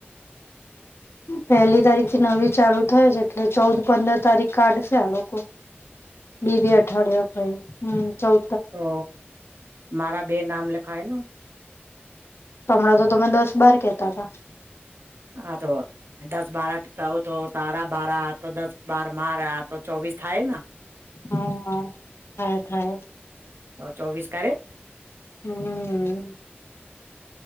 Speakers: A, on the left (about 85°); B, on the right (about 70°).
A: પહેલી તારીખ થી નવી ચાલુ થાય છે, એટલે ચૌદ પંદર તારીખ કાઢશે આ લોકો <unintelligible> અઠવાડિયા કાઈ હમ ચૌ
B: ઓ મારા બે નામ લખાય નું
A: હમણાં તો તમે દસ બાર કેતા હતા.
B: હા <unintelligible> દસ બારા <inaudible> બારા તો દસ બાર બાર તો ચોવીસ થાય ના
A: હા હા થાય થાય
B: તો ચોવીસ કારે
A: હું